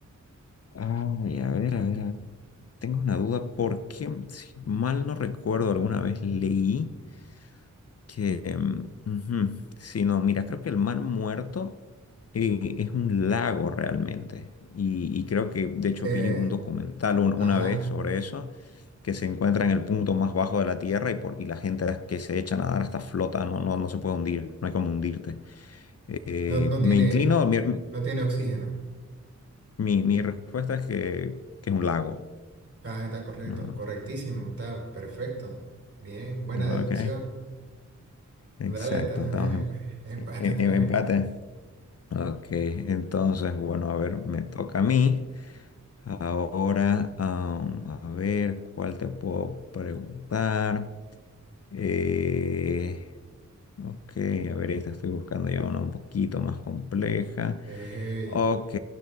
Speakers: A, on the left; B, on the right.
A: Ay, a ver, a ver, a ver. Tengo una duda porque, si mal no recuerdo, alguna vez leí que... mm, ujú, Sí, no, mira, creo que el Mar Muerto eh, es un lago realmente. Y, y creo que, de hecho,
B: Eh,
A: vi un documental un- una
B: ajá.
A: vez sobre eso, que se encuentra en el punto más bajo de la Tierra y, por, y la gente que se echa a nadar hasta flota, no, no, no se puede hundir, no hay como hundirte. Eh,
B: No, no tiene,
A: me inclino, mi,
B: no tiene oxígeno.
A: mi, mi respuesta es que, que es un lago.
B: Ah, está correcto,
A: ¿no?
B: correctísimo, está perfecto. Bien, buena
A: Ok,
B: deducción.
A: exacto,
B: Dale, está
A: estamos
B: <laughs> em- empate
A: en, en-
B: otra
A: en empate.
B: vez.
A: Ok, entonces, bueno, a ver, me toca a mí. Ahora, am, a ver, ¿cuál te puedo preguntar? Eh, ok, a ver, esta estoy buscando ya una un poquito más compleja.
B: Ey,
A: Ok,